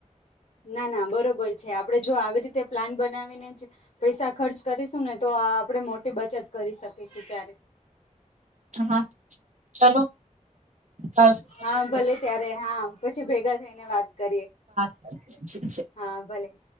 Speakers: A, on the left; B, on the right.
A: ના ના બરોબર છે આપણે જો આવી રીતે પ્લાન બનાવીને જ પૈસા ખર્ચ કરીશું ને તો આપણે મોટી બચત કરી શકીશું ત્યારે
B: હા ચલો કરશું પછી
A: હા ભલે ત્યારે હા પછી ભેગા થઈ ને વાત કરીએ.
B: <unintelligible>
A: હા.. ભલે.